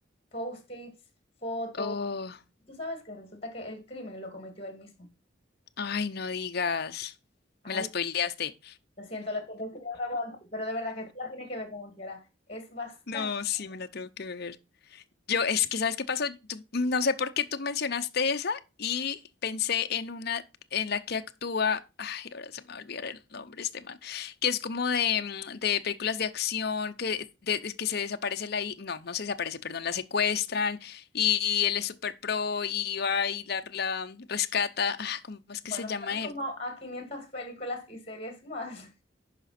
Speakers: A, on the left (about 30°); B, on the left (about 50°).
A: post-its, fotos.
B: oh,
A: Tú sabes que resulta que el crimen lo cometió él mismo.
B: ay, no digas.
A: Ay,
B: Me la spoileaste.
A: lo siento, lo siento, sí, lo aguanto, pero de verdad que tú la tienes que ver como quiera. Es bastante
B: No, sí,
A: bueno.
B: me la tengo que ver. Yo, es que, ¿sabes qué pasó? Tú- no sé por qué tú mencionaste esa y pensé en una en la que actúa, ay, ahora se me va a olvidar el nombre este man, que es como de, mm, de películas de acción, que, de- es que se desaparece la, hi- no, no se desaparece, perdón, la secuestran y, y él es super pro y va y la, la rescata. Ah, ¿cómo es
A: Bueno,
B: que se llama
A: suena como
B: él?
A: a 500 películas y series más.